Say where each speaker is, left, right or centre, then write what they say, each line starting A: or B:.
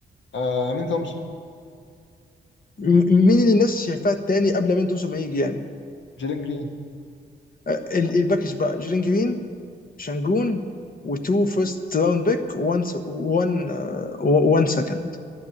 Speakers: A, on the left (about 75°); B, on the left (about 50°).
A: آه امين تومسون
B: م- مين اللي الناس شايفاه التاني قبل مين توسو ما يجي يعني
A: جيلين جرين
B: آه، ال-
A: آه،
B: الباكج بقى جيرين جرين شانجون وتو فيرست راوند بيك وان وان آه، وان سكند